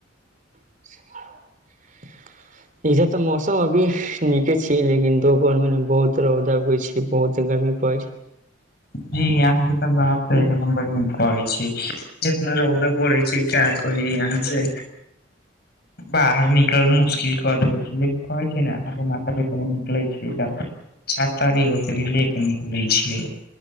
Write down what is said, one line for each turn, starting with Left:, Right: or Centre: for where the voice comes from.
Right: <unintelligible> इधर तऽ मौसम अभी निके छीयै लेकिन दोपहर मे ना बहुत रौदा उगै छै बहुत गर्मी परै छै।
Left: जी यहा के त बात
Right: छै
Left: त एक नम्बर निक कहै छी जितना रौदा पड़े छै का कह <unintelligible> यहाँ से। बाहर निकल मुश्किल कऽ देले छै <unintelligible> लेकिन कहै छै ने अहाँके माता-पिता निकलै छियै तऽ, छातारी ओत लैए के निकलै छियै।